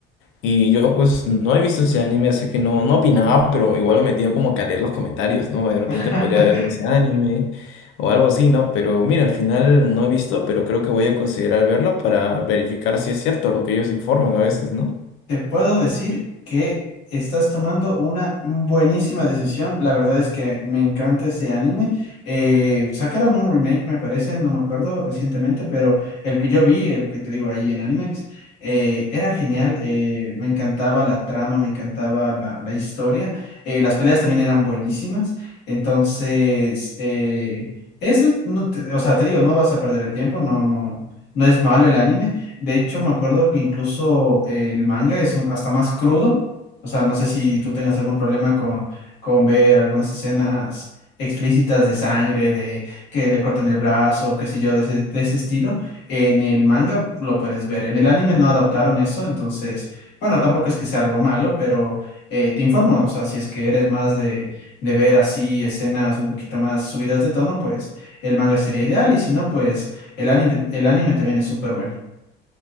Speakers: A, on the left; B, on the left.
A: Y yo pues no he visto ese anime, así que no, no opinaba, pero igual me metía como que a leer los comentarios, ¿no? De repente
B: <laughs>
A: podría verme ese anime o algo así, ¿no? Pero mira, al final no he visto, pero creo que voy a considerar verlo para verificar si es cierto lo que ellos informan a veces, ¿no?
B: Te puedo decir que estás tomando una buenísima decisión. La verdad es que me encanta ese anime. Eh, sacaron un remake, me parece, no me acuerdo recientemente, pero el que yo vi, el que te digo ahí en Animex, eh, era genial. eh, me encantaba la trama, me encantaba la, la historia. eh, las peleas también eran buenísimas. Entonces, eh, ese, no te- o sea, te digo, no vas a perder el tiempo, no, no, no es malo el anime. De hecho, me acuerdo que incluso el manga es un- hasta más crudo. O sea, no sé si tú tengas algún problema con, con ver algunas escenas explícitas de sangre, de que le cortan el brazo, qué sé yo, de ese, de ese estilo. En el manga lo puedes ver. En el anime no adaptaron eso, entonces, bueno, tampoco es que sea algo malo, pero eh, te informo. O sea, si es que eres más de, de ver así escenas un poquito más subidas de tono, pues el manga sería ideal. Y si no, pues el anime, el anime también es súper bueno.